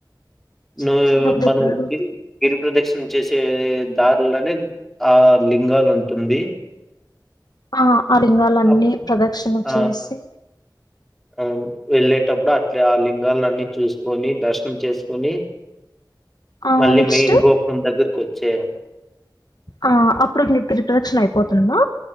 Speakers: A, on the left; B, in the centre.
A: చిన్న
B: నువ్
A: చిన్న గుళ్ళు
B: మనం గిరి గిరిప్రదక్షిణ చేసే దారిలోనే ఆ లింగాలు ఉంటుంది
A: ఆ ఆ లింగాలు అన్నీ
B: అప్
A: ప్రదక్షిణ
B: ఆ
A: చేసి
B: అవును వెళ్ళేటప్పుడు అట్లే ఆ లింగాల్ని అన్ని చూసుకొని దర్శనం చేసుకొని.
A: ఆ
B: మళ్ళీ
A: నెక్స్ట్
B: మెయిన్ గోపురం దగ్గరకి వ చేయాలి
A: ఆ అప్పుడు గిరి ప్రదక్షిణ అయిపోతుందా